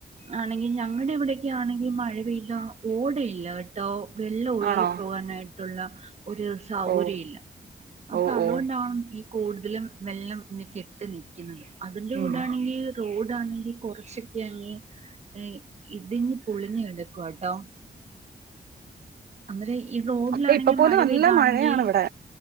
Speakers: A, on the right; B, on the right.
A: ആണെങ്കിൽ ഞ അങ്ങടെവിടെ? ആണെങ്കിൽ മഴ പെയ്താൽ ഓടയില്ല കേട്ടോ വെള്ളം ഒഴുകി
B: ആണോ
A: പോകാനായിട്ടുള്ള ഒരു സൗകര്യം
B: ഓ
A: ഇല്ല അപ്പൊ
B: ഓ
A: അതുകൊണ്ടാണ്
B: ഓ
A: ഈ അതിലും വെള്ളം ഇനി കെട്ടി നിക്കുന്നത് അതിന്റെ
B: ഉം
A: കൂടാണെങ്കിൽ <unintelligible> ണെങ്ക കുറച്ചൊക്കെ അങ്ങ് ഏ ഇടിഞ്ഞ് പൊളിഞ്ഞു കിടക്കുവാട്ടോ <unintelligible> ഈ റോഡിലാണെങ്കി
B: അതെ ഇപ്പൊ പോലും
A: മഴ
B: നല്ല
A: പെയ്താണെങ്കി
B: മഴയാണ് ഇവിടെ